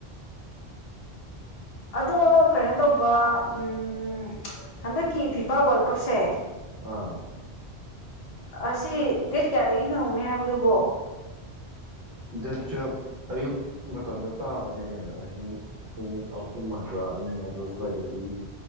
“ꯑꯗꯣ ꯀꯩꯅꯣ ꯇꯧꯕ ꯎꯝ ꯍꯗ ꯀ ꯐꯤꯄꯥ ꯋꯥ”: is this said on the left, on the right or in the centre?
Left